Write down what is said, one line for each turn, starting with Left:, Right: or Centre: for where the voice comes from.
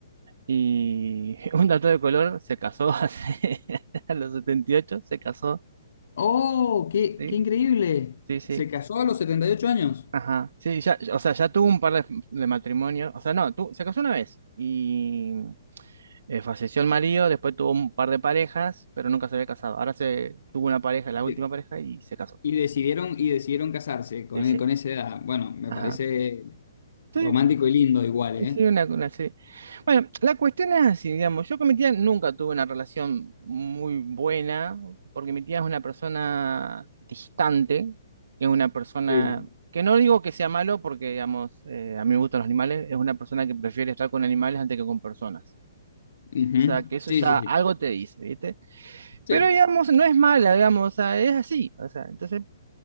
Right: Y <laughs> un dato de color, se casó hace, <laughs> a los 78 se casó,
Left: ¡Oh, qué,
Right: ¿sí?
Left: qué increíble!
Right: Sí, sí.
Left: Se casó a los 78 años.
Right: Ajá, sí, ya, o sea, ya tuvo un par de, de matrimonios, o sea, no, tu- se casó una vez y Eh, falleció el marido, después tuvo un par de parejas, pero nunca se había casado. Ahora se tuvo una pareja, la última
Left: Sí.
Right: pareja, y se casó.
Left: Y decidieron, y decidieron casarse con,
Right: Dice,
Left: e, con esa edad. Bueno, me
Right: ajá.
Left: parece
Right: Sí,
Left: romántico y lindo igual,
Right: sí,
Left: ¿eh?
Right: sí, una, una serie. Bueno, la cuestión es así, digamos. Yo con mi tía nunca tuve una relación muy buena, porque mi tía es una persona distante, es una persona
Left: Sí.
Right: que no digo que sea malo, porque, digamos, eh, a mí me gustan los animales, es una persona que prefiere estar con animales antes que con personas.
Left: Ujú.
Right: O sea, que eso
Left: Sí,
Right: ya
Left: sí, sí.
Right: algo te dice, ¿viste?
Left: Sí.
Right: Pero digamos, no es mala, digamos, o sea, es así, o sea, entonces,